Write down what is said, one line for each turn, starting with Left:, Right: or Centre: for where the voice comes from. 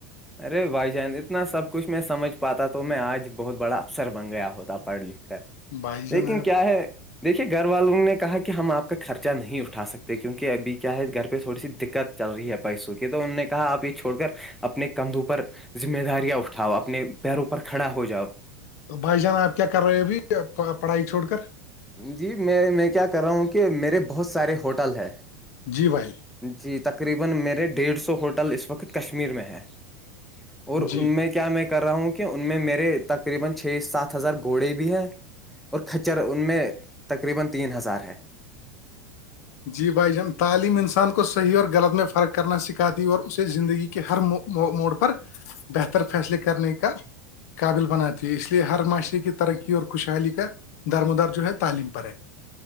Centre: ارے بھائی جان اتنا سب کچھ میں سمجھ پاتا تو میں آج بہت بڑا افسر بن گیا ہوتا پڑھ لکھ کر
Left: بھائی جان
Centre: لیکن
Left: آپ
Centre: کیا ہے دیکھیے گھر والوں نے کہا کہ ہم آپ کا خرچہ نہیں اٹھا سکتے کیونکہ ابھی کیا ہے گھر پہ تھوڑی سی دقت چل رہی ہے پیسوں کے تو انہوں نے کہا آپ یہ چھوڑ کر اپنے کندھو پر ذمہ داریاں اٹھاؤ اپنے پیروں پر کھڑا ہو جاؤ
Left: تو بھائی جان آپ کیا کر رہے ہو ابھی پڑھائی چھوڑ کر
Centre: جی میں میں کیا کر رہا ہوں کہ میرے بہت سارے ہوٹل ہیں
Left: جی بھائی
Centre: جی تقریبا میرے ڈیڑھ سو ہوٹل کشمیر میں ہیں
Left: جی
Centre: کیا میں کر رہا ہوں کہ ان میں میرے ساتھ ہزار گھوڑے بھی ہیں خچر ان میں تقریبا تین ہزار ہیں
Left: جی بھائی جان تعلیم انسان کو صحیح اور غلط میں فرق کرنا سکھاتی اور اسے زندگی کے ہرو موڈ پر بہتر فیصلے کرنے کا قابل بناتی ہے اس لیے ہر معاشرے کی ترقی اور خوشحالی کا درم دار جو ہے تعلیم پر ہے